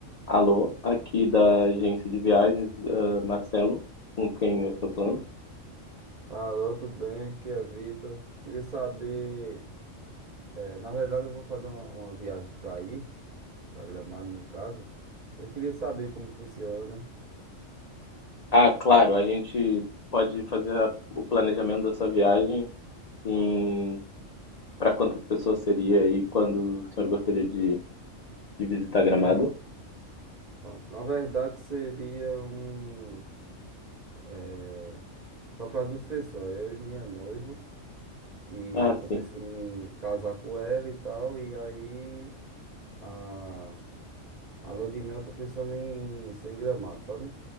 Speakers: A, on the left; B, on the right.
A: Alô, aqui da agência de viagens, ah, Marcelo, com quem eu estou falando.
B: Alô, tudo bem? Aqui é Vitor. Queria saber, eh, na verdade eu vou fazer uma, uma viagem para ir, para Gramado no caso. Eu queria saber como funciona.
A: Ah, claro, a gente pode fazer a- o planejamento da sua viagem em para quantas pessoas seria e quando o senhor gostaria de, de visitar Gramado?
B: Pronto, pronto. Na verdade seria um, eh, só para duas pessoas, eu e minha noiva, que
A: Ah,
B: eu tô
A: sim.
B: pensando em casar com ela e tal, e aí a, a lua de mel eu tô pensando em ser em Gramado, sabe?